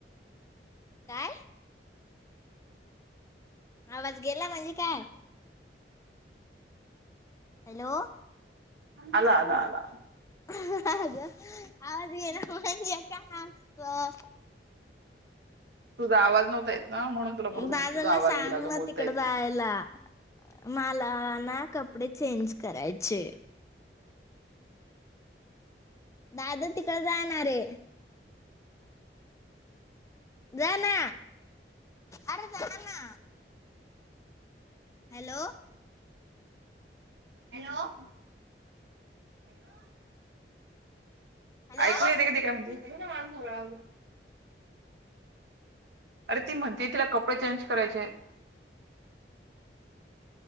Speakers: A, on the left (about 15°); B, on the right (about 75°).
A: काय. आवाज गेला म्हणजे काय. हॅलो
B: आला, आला, आला.
A: हं हं अगं आवाज गेला म्हणजे काय असंत.
B: तुझा आवाज नव्हता येत. ना म्हणून तुला बोलत होते
A: दादाला
B: तुझा आवाज
A: सांगलं
B: गेला का बोलता
A: तिकड
B: येत
A: जायला
B: नाही
A: मा लाना कपडे चेंज करायचे. दादा तिकड जाणारे. जाना. अरे जा ना हॅलो.
B: हॅलो.
A: हॅलो
B: ऐकू येत का काय मा. अरे ती म्हंदे तिला कपडे चेंज करायचे आहेत.